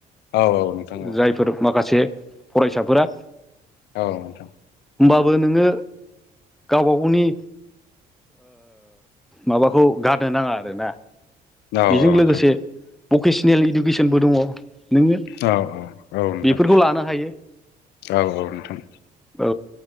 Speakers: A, on the left (about 80°); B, in the centre.
A: औ औ नोंथां
B: जायफोर माखासे फरायसाफोरा
A: औ नोंथां ।
B: होनबाबो नोङो गावबा गावनि माबाखौ गारनो नाङा आरोना
A: औ
B: बेजों
A: - औ नोंथां।
B: लोगोसे भकेसनेल इडुकेसनबो दङ नोङो
A: औ नोंथां
B: बेफोरखौ लानो हायो।
A: औ - औ नोंथां।
B: औ